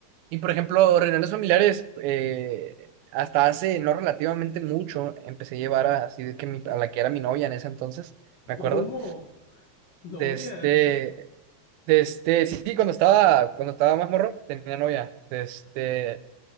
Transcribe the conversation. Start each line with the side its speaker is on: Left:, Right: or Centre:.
Right: y por ejemplo, reuniones familiares, eh, hasta hace no relativamente mucho, empecé a llevar a, así de que mi- a la que era mi novia en ese entonces, me
Left: ¿Cómo?
Right: acuerdo.
Left: <laughs> ¿Novia?
Right: De este, de este, sí, sí, cuando estaba, cuando estaba más morro, tenía novia. De este,